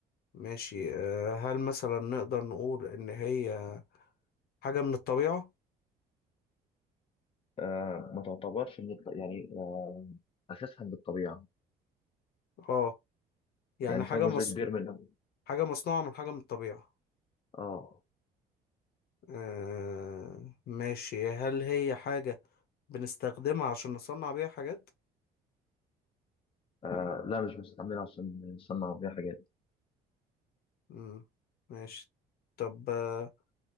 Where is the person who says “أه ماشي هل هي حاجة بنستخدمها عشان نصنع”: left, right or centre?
Left